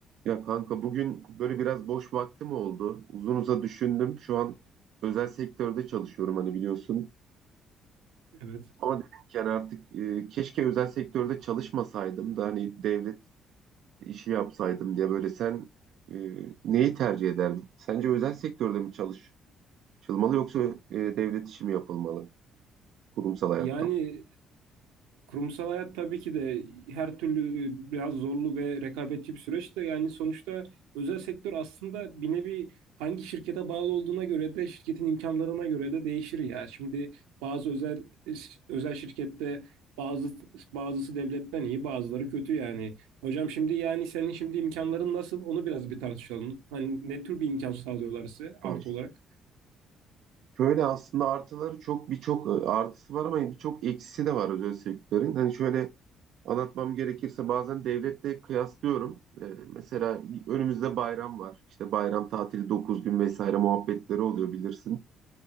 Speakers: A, on the right; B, on the right.
A: Ya kanka bugün böyle biraz boş vaktim oldu. Uzun uza düşündüm. Şu an özel sektörde çalışıyorum hani biliyorsun.
B: Evet.
A: Ama dedim ki hani artık e, keşke özel sektörde çalışmasaydım da hani devlet işi yapsaydım diye böyle sen e, neyi tercih ederdin? Sence özel sektörde mi çalışılmalı yoksa e, devlet işi mi yapılmalı kurumsal hayatta?
B: Yani kurumsal hayat tabii ki de her türlü e, biraz zorlu ve rekabetçi bir süreç de yani sonuçta özel sektör aslında bir nevi hangi şirkete bağlı olduğuna göre de şirketin imkanlarına göre de değişir ya. Şimdi bazı özel özel şirkette bazı bazısı devletten iyi, bazıları kötü yani. Hocam şimdi yani senin şimdi imkanların nasıl? Onu biraz bir tartışalım. Hani ne tür bir imkan sağlıyorlar size artı
A: Evet.
B: olarak?
A: Şöyle aslında artıları çok birçok e, artısı var ama birçok eksisi de var özel sektörün. Hani şöyle Anlatmam gerekirse bazen devletle kıyaslıyorum. Ee, mesela önümüzde bayram var. İşte bayram tatili 9 gün vesaire muhabbetleri oluyor bilirsin.